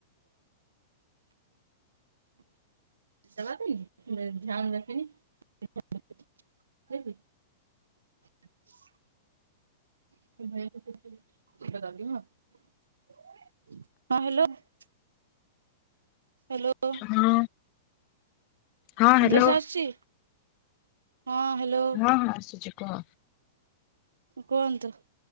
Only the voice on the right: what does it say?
ଦବା ପାଇଁ ଧ୍ୟାନ ରଖନି ଖାଇଛି। <inaudible> <unintelligible> ହଁ ହ୍ୟାଲୋ ହ୍ୟାଲୋ
<unintelligible>
ଭଏସ ଆସୁଛି ହଁ ହ୍ୟାଲୋ।
କୁହନ୍ତୁ